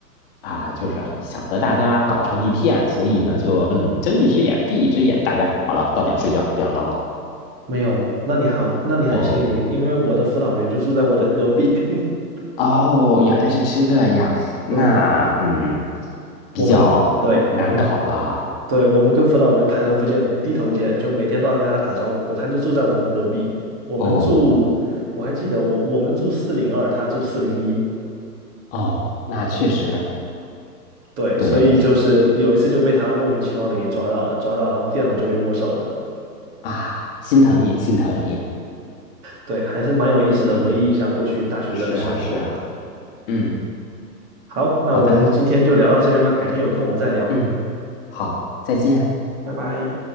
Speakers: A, on the left; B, on the right.
A: 啊，就是想和大家搞成一片，所以呢就嗯睁一只眼闭一只眼，大家好了，到点睡觉，不要闹了。
B: 没有，那你好，那你很幸运，
A: 哦
B: 因为我的辅导员就住在我的隔壁。<laughs>
A: 哦，原来是这样，那嗯，
B: 对，
A: 比较嗯难搞啦。
B: 我们，对，我，对，我们跟辅导员抬头不见低头见，就每天都要跟他打招呼。他就住在我们隔壁，我们住，
A: 哦
B: 我还记得我我们住四零二，他住四零一。
A: 哦，那确实
B: 对对，
A: 对
B: 所以就是有一次就被他莫名其妙的给抓到了，抓到，然后电脑就被没收了。
A: 啊，心疼你，心疼你。
B: 对，还是蛮有意思的，
A: 嗯，
B: 回忆一下过去大学的生活。
A: 是啊，是啊。嗯，
B: 好，那我们今天就聊到这边吧，
A: 好的。
B: 改天有空我们再聊，
A: 嗯，好，再见。
B: 拜拜。